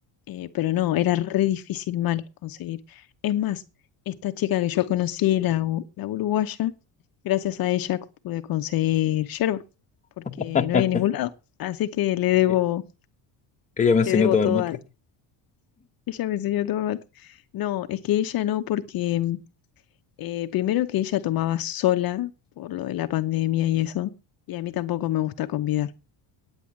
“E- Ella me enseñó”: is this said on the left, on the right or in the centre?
Left